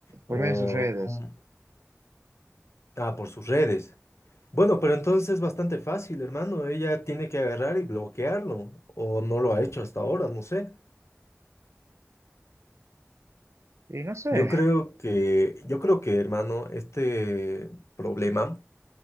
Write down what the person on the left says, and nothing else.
o...
cómo- Ah, por sus redes. Bueno, pero entonces es bastante fácil, hermano. Ella tiene que agarrar y bloquearlo. O no lo ha hecho hasta ahora, no sé.
Yo creo que, yo creo que, hermano, este problema